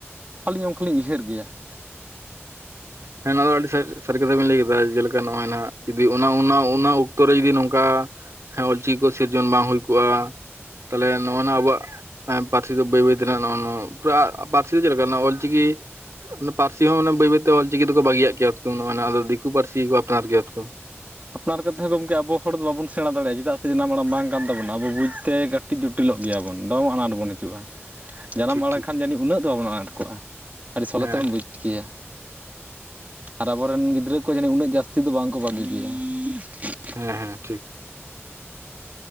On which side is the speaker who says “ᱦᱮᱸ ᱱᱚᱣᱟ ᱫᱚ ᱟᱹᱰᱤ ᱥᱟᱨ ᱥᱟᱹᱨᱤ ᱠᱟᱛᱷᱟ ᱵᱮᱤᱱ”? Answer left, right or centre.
Right